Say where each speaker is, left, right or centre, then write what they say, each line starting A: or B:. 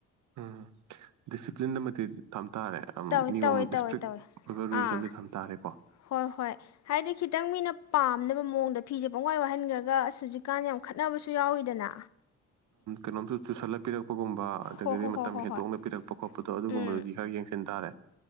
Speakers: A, on the right; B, on the left.
A: ꯎꯝ ꯗꯤꯁꯤꯄ꯭ꯂꯤꯟꯗ ꯃ ꯊꯝ ꯇꯥꯔꯦ
B: ꯇꯧꯋꯦ
A: ꯅꯤꯌꯣꯝ
B: ꯇꯧꯋꯦ ꯇꯧꯋꯦ
A: ꯏꯁꯇ꯭ꯔꯤꯛ
B: ꯇꯧꯋꯦ
A: ꯑꯣꯏꯕ ꯔꯨꯜꯁ
B: ꯑꯥ
A: ꯑꯃꯗꯤ ꯊꯝ ꯇꯥꯔꯦꯀꯣ
B: ꯍꯣꯏ ꯍꯣꯏ ꯍꯥꯏꯗꯤ ꯈꯤꯇꯪ ꯃꯤꯅ ꯄꯥꯝꯅꯕ ꯃꯑꯣꯡꯗ ꯐꯤꯁꯦ ꯄꯪꯋꯥꯏ ꯋꯥꯏꯍꯟꯈ꯭ꯔꯒ ꯑꯁ ꯍꯧꯖꯤꯛꯀꯥꯟ ꯌꯥꯝ ꯈꯠꯅꯕꯁꯨ ꯌꯥꯎꯋꯤꯗꯅ
A: ꯀꯩꯅꯣꯝꯁꯨ ꯆꯨꯁꯜꯂ ꯄꯤꯔꯛꯄꯒꯨꯝꯕ ꯑꯗꯒꯤꯗꯤ
B: ꯍꯣ ꯍꯣ ꯍꯣ
A: ꯃꯇꯝ
B: ꯍꯣ
A: ꯍꯦꯟꯇꯣꯛꯅ
B: ꯍꯣꯏ
A: ꯄꯤꯔꯛꯄ ꯈꯣꯠꯄ ꯄꯣꯠꯇꯣ ꯑꯗꯨꯒꯨꯝꯕꯗꯨꯗꯤ
B: ꯎꯝ
A: ꯈꯔ ꯌꯦꯡꯁꯤꯟ ꯇꯥꯔꯦ